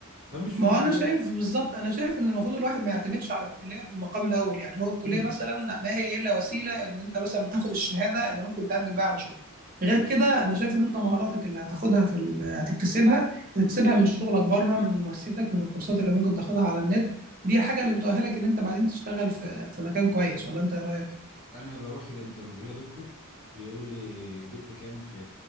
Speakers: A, on the right (about 25°); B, on the right (about 40°).
A: فمش
B: ما
A: بقى
B: هو انا
A: هو
B: شايف بالظبط انا شايف ان المفروض الواحد ما يعتمدش على الكليه في المقام الاول يعني هو الكليه
A: مم.
B: مثلا ما هي الا وسيله ان انت مثلا بتاخد الشهاده اللي ممكن تعدي بيها على شغل غير كده انا شايف ان انت مهاراتك اللي هتاخدها في ال... هتكتسبها هتكتسبها من شغلك بره من ممارستك من الكورسات اللي ممكن تاخدها على النت دي الحاجه اللي بتؤهلك ان انت بعدين تشتغل في في مكان كويس ولا انت ايه رايك
A: انا بروح الانترفيو يا دكتور يقول لي جبت كام في